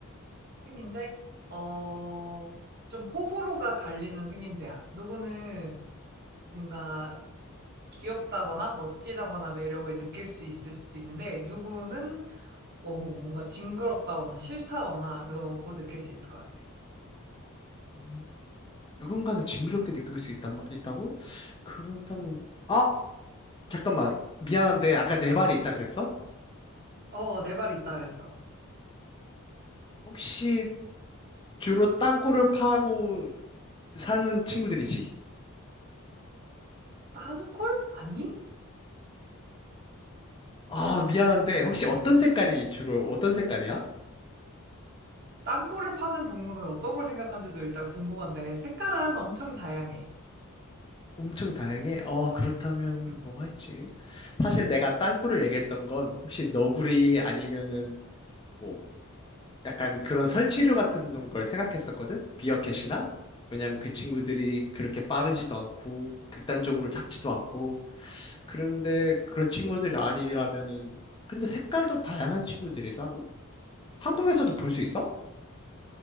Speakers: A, on the right; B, on the left.
A: 생김새? 어, 좀 호불호가 갈리는 생김새야. 누구는 뭔가 귀엽다거나 멋지다거나 매력을 느낄 수 있을 수도 있는데, 누구는 어, 뭔가 징그럽다거나 싫다거나 라고 느낄 수 있을 것 같아.
B: 음, 누군가는 징그럽게 느낄 수 있단, 말- 있다고? 그렇다면, 아! 잠깐만. 미안한데 아까 네 발이 있다 그랬어?
A: 어, 어, 내 발이 있다 그랬어.
B: 혹시 주로 땅굴을 파고 사는 친구들이지.
A: 땅굴? 아니?
B: 아, 미안한데, 혹시 어떤 색깔이 주로, 어떤 색깔이야?
A: 땅굴을 파는 동물은 어떤 걸 생각한지도 일단 궁금한데, 색깔은 엄청 다양해.
B: 엄청 다양해? 어, 그렇다면
A: 음.
B: 뭐가 있지? 사실 내가 땅굴을 얘기했던 건 혹시 너구리 아니면은 뭐 약간 그런 설치류 같은 걸 생각했었거든? 비어캣이나? 왜냐면 그 친구들이 그렇게 빠르지도 않고 극단적으로 작지도 않고 그런데 그런 친구들이 아니라면은 근데 색깔도 다양한 친구들이라고? 한국에서도 볼 수 있어?